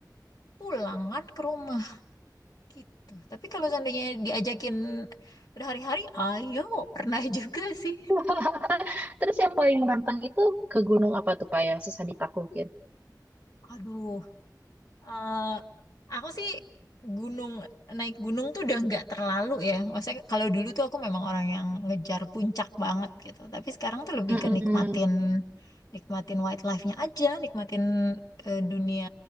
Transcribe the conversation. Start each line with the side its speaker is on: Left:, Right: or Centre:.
Left: pulangan ke rumah Gitu. Tapi kalau seandainya diajakin berhari-hari, ayo, pernah <laughs> juga sih.
Right: <laughs> Terus yang paling menantang itu ke gunung apa tuh Kak yang susah ditaklukin?
Left: Aduh, eh, aku sih gunung, naik gunung tuh udah nggak terlalu ya. Maksudnya kalau dulu tuh aku memang orang yang ngejar puncak banget gitu. Tapi sekarang tuh lebih
Right: Mm-mm.
Left: ke nikmatin, nikmatin wildlife-nya aja, nikmatin eh, dunia